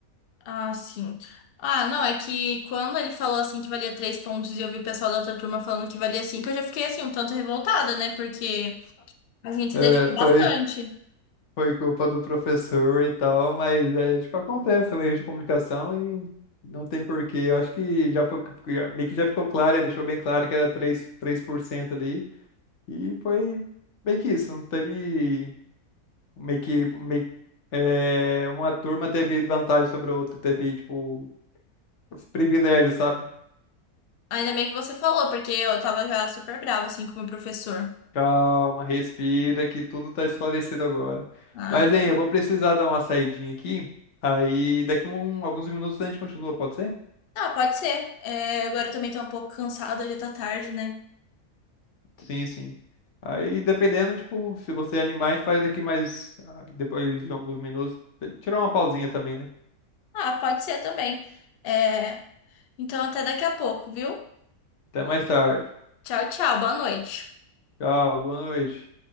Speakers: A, on the left; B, on the left.
A: Ah, sim. Ah, não, é que quando ele falou assim que valia três pontos e eu vi o pessoal da outra turma falando que valia cinco, eu já fiquei assim um tanto revoltada, né? Porque a gente
B: É,
A: se dedicou bastante.
B: foi foi culpa do professor e tal, mas é, tipo, acontece, é um erro de comunicação e não tem porquê. Eu acho que já foi, meio que já ficou claro, ele deixou bem claro que era três três por cento ali, e foi meio que isso, não teve meio que meio, é, uma turma teve vantagem sobre a outra, teve, tipo, esse privilégio, sabe?
A: Ainda bem que você falou, porque eu tava já super brava, assim, com o meu professor.
B: Calma, respira, que tudo tá esclarecido agora.
A: Ah,
B: Mas, hein, eu vou precisar dar uma saidinha aqui, aí daqui um, alguns minutos a gente continua, pode ser?
A: ah, pode ser. É, agora eu também tô um pouco cansada, já tá tarde, né?
B: Sim, sim. Aí, dependendo, tipo, se você animar, a gente faz daqui mais ah, depois de alguns minutos. Tirar uma pausinha também, né?
A: Ah, pode ser também. É, então até daqui a pouco, viu?
B: Até mais tarde.
A: Tchau, tchau, boa noite.
B: Tchau, boa noite.